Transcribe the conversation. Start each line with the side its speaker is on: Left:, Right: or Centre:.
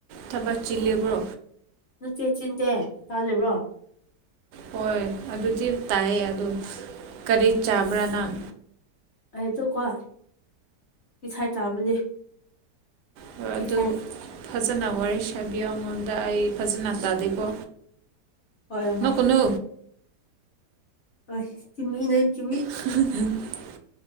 Right: ꯊꯕꯛ ꯆꯤꯜꯂꯤꯕ꯭ꯔꯣ
Left: ꯅꯠꯇꯦ ꯆꯤꯟꯗꯦ ꯇꯥꯜꯂꯤꯕꯔꯣ
Right: ꯍꯣꯏ ꯑꯗꯨꯗꯤ ꯇꯥꯏꯌꯦ ꯑꯗꯨ ꯀꯔꯤ ꯆꯥꯕ꯭ꯔꯥ ꯅꯪ
Left: ꯑꯩꯗꯣꯀꯣ ꯃꯤꯊꯥꯏ ꯆꯥꯕꯅꯦ
Right: ꯍꯣꯏ
Left: ꯃꯤꯊꯥꯏ
Right: ꯑꯗꯨ ꯐꯖꯅ ꯋꯥꯔꯤ ꯁꯥꯕꯤꯌꯣ ꯑꯩꯉꯣꯟ ꯗ ꯑꯩ ꯐꯖꯅ ꯇꯥꯗꯦꯀꯣ
Left: ꯍꯣꯏ ꯍꯣꯏ
Right: ꯅꯣꯛꯀꯅꯨ
Left: ꯍ ꯆꯤꯃꯤ ꯅ ꯆꯤꯃꯤ <inaudible>
Right: <inaudible>